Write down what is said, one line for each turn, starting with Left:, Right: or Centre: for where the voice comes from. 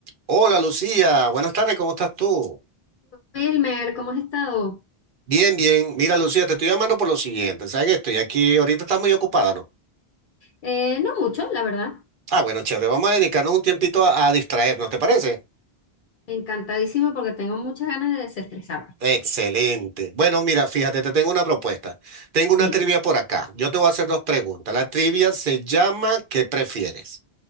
Right: Hola Lucía, buenas tardes, ¿cómo estás tú?
Left: Wilmer, ¿cómo has estado?
Right: Bien, bien. Mira Lucía, te estoy llamando por lo siguiente. ¿Sabes que estoy aquí? Ahorita estás muy ocupada, ¿no?
Left: Eh, no mucho, la verdad.
Right: Ah, bueno, chévere. Vamos a dedicarnos un tiempito a, a distraernos, ¿te parece?
Left: Encantadísima porque tengo muchas ganas de desestresarme.
Right: Excelente. Bueno, mira, fíjate, te tengo una propuesta. Tengo
Left: Di,
Right: una trivia por acá. Yo te voy a hacer dos preguntas. La trivia se llama ¿Qué prefieres?